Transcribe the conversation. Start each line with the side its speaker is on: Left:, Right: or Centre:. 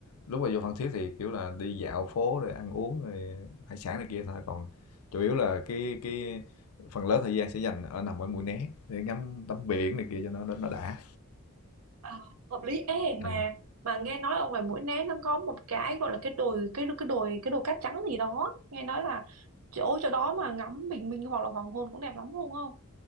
Left: lúc mà vô Phan Thiết thì kiểu là đi dạo phố rồi ăn uống rồi hải sản này kia thôi còn chủ yếu là cái cái phần lớn thời gian sẽ dành ở nằm ở Mũi Né để ngắm tắm biển này kia cho nó nó đã
Right: à hợp lý ế mà
Left: Ừ.
Right: mà nghe nói ở ngoài Mũi Né nó có một cái gọi là cái đồi cái cái đồi cái đồi cát trắng gì đó nghe nói là chỗ chỗ đó mà ngắm bình minh hoặc là hoàng hôn cũng đẹp lắm đúng không